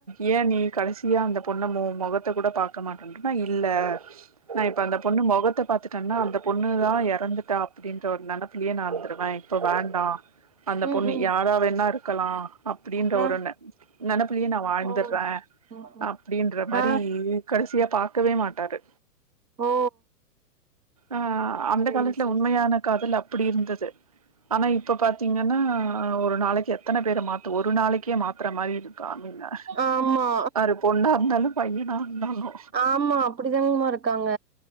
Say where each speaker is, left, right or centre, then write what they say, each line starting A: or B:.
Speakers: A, on the right; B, on the right.
A: ஏ நீ கடைசியா அந்த பொண்ணு மொ மொகத்த கூட பாக்க மாட்டனா இல்ல நா இப்ப அந்த பொண்ணு மொகத்த பாத்துட்டேனா அந்த பொண்ணுதா எறந்துட்டா அப்டின்ற
B: ஆ
A: ஒரு நெனப் ப்பிலயே நா இருந்துருவே இப்ப வேண்டா அந்த
B: ம்
A: பொண்ணு
B: ம்
A: யாரா வேணா இருக்கலா அப்டின்ற
B: ஆ
A: ஒரு நெ நெனப்பிலே நா வாழ்ந்திர்றே
B: ஓ ம், ம்.
A: அப்டின்ற மாரி
B: ஆ
A: கடைசியா பாக்கவே மாட்டாரு
B: ஓ
A: ஆ அந்த
B: சேரி
A: காலத்துல
B: சேரி
A: உண்மையான காதல் அப் அப்டி இருந்தது ஆனா இப்ப பாத்தீங்கனா ஒரு நாளைக்கி எத் எத்தன பேரு மாத்த ஒரு நாளிக்கே மாத்துற மாரி இருக்கு ஐ மீன்
B: ஆமா
A: பொண்ணா இருந்தாலு பையனா இருந்தாலு
B: ஆமா அப்டிதாங்மா இருக்காங்க